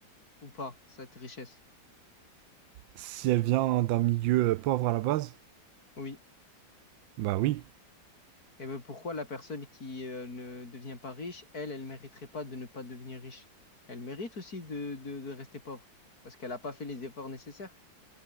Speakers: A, on the left; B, on the right.
A: ou pas cette richesse?
B: Si elle vient d'un milieu euh, pauvre à la base,
A: Oui.
B: bah oui.
A: Et ben pourquoi la personne qui euh, ne devient pas riche, elle, elle mériterait pas de ne pas devenir riche. Elle mérite aussi de, de, de rester pauvre parce qu'elle n'a pas fait les efforts nécessaires.